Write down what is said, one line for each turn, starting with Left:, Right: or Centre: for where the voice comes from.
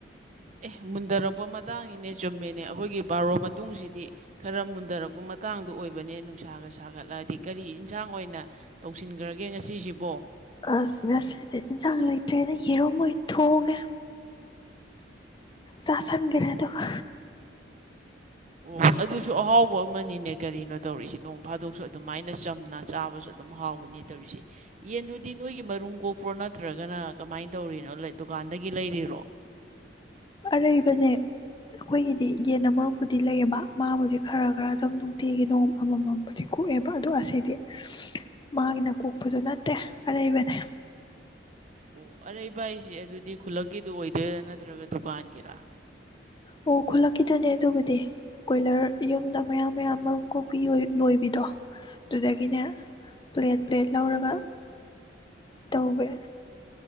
Right: ꯑꯦ ꯃꯨꯟꯗꯔꯛꯄ ꯃꯇꯥꯡꯅꯤꯅꯦ ꯆꯨꯝꯃꯦꯅꯦ ꯑꯩꯈꯣꯏꯒꯤ ꯕꯥꯔꯣ ꯃꯇꯨꯡꯁꯤꯗꯤ ꯈꯔ ꯃꯨꯟꯊꯔꯛꯄ ꯃꯇꯥꯡꯗ ꯑꯣꯏꯕ ꯅꯦ ꯅꯨꯡꯁꯥꯒ ꯁꯥꯒꯠꯂꯛꯑꯗꯤ ꯀꯔꯤ ꯏꯟꯁꯥꯡ ꯑꯣꯏꯅ ꯇꯧꯁꯤꯟꯈ꯭ꯔꯒꯦ ꯉꯁꯤꯁꯤꯕꯣ
Left: ꯑꯁ ꯉꯁꯤꯗꯤ ꯏꯅꯖꯥꯡ ꯂꯩ ꯇꯔ꯭ꯦꯅ ꯌꯦꯔꯨꯝ ꯑꯣꯏ ꯊꯣꯉ꯫ ꯆꯥꯁꯪꯒꯤꯔꯦ ꯗꯨꯒ
Right: ꯑꯣ ꯑꯗꯨꯁꯨ ꯑꯍꯥꯎꯕ ꯑꯃꯅꯤꯅꯦ ꯀꯔꯤꯅꯣ ꯇꯧꯔꯤꯁꯦ ꯅꯣꯡ ꯐꯥꯗꯣꯛꯁꯨ ꯑꯗꯨꯃꯥꯏꯅ ꯆꯝꯅ ꯆꯥꯕꯁꯨ ꯑꯗꯨꯝ ꯍꯥꯎꯕꯅꯦ ꯇꯧꯔꯤꯁꯦ ꯌꯦꯟꯗꯨꯗꯤ ꯅꯣꯏꯒꯤ ꯃꯔꯨꯝ ꯀꯣꯛꯄ꯭ꯔꯣ ꯅꯠꯇ꯭ꯔꯒꯅ ꯀꯃꯥꯏꯅ ꯇꯧꯔꯤꯅꯣ ꯗꯨꯀꯥꯟꯗꯒꯤ ꯒꯤ ꯂꯩꯔꯤꯔꯣ
Left: ꯑꯔꯩꯕꯅꯦ ꯑꯩꯈꯣꯏꯒꯤꯗꯤ ꯌꯦꯟ ꯑꯃꯕꯨꯗꯤ ꯂꯩꯌꯦꯕ ꯃꯥꯕꯨꯗꯤ ꯈꯔ ꯈꯔ ꯑꯗꯨꯝ ꯅꯨꯡꯇꯤꯒꯤ ꯅꯣꯡ ꯑꯃꯃꯝꯕꯨꯗꯤ ꯀꯣꯛꯑꯦꯕ ꯑꯗꯣ ꯑꯁꯤꯗꯤ ꯃꯥꯒꯤꯅ ꯀꯣꯛꯄꯗꯨ ꯅꯠꯇꯦ ꯑꯔꯩꯕꯅꯦ
Right: ꯑꯣ ꯑꯔꯩ ꯚꯥꯏꯁꯤꯦ ꯑꯗꯨꯗꯤ ꯈꯨꯜꯂꯛꯀꯤꯗꯨ ꯑꯣꯏꯗꯣꯏꯔꯥ ꯅꯠꯇ꯭ꯔꯒ ꯗꯨꯀꯥꯟꯒꯤꯔꯥ
Left: ꯑꯣ ꯈꯨꯂꯛꯀꯤꯗꯅꯦ ꯑꯗꯨꯕꯨꯗꯤ ꯀꯣꯏꯂꯔ ꯌꯨꯝꯗ ꯃꯌꯥꯝ ꯃꯌꯥꯝ ꯃꯔꯨꯝ ꯀꯣꯛꯄꯤ ꯂꯣꯏꯕꯤꯗꯣ ꯑꯗꯨꯗꯒꯤꯅꯦ ꯄ꯭ꯂꯦꯠ ꯄ꯭ꯂꯦꯠ ꯂꯧꯔꯒ ꯇꯧꯋꯦ